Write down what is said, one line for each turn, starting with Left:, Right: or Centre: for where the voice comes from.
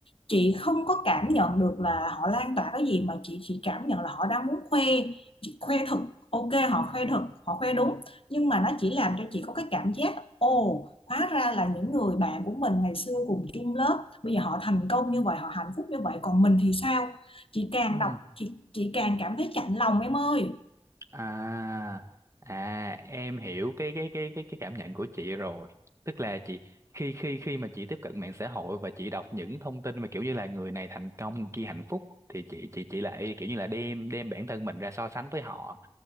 Left: chị không có cảm nhận được là họ lan tỏa cái gì mà chị chỉ cảm nhận là họ đang muốn khoe chị khoe thật ok họ khoe thật họ khoe đúng nhưng mà nó chỉ làm cho chị có cái cảm giác ồ hóa ra là những người bạn của mình ngày xưa cùng chung lớp bây giờ họ thành công như vậy họ hạnh phúc như vậy còn mình thì sao chị càng
Right: Ừ.
Left: đọc chị chị càng cảm thấy chạnh lòng em ơi
Right: À à em hiểu cái cái cái cái cái cảm nhận của chị rồi. Tức là chị khi khi khi mà chị tiếp cận mạng xã hội và chị đọc những thông tin mà kiểu như là người này thành công, người kia hạnh phúc thì chị chị chị lại kiểu như là đem đem bản thân mình ra so sánh với họ.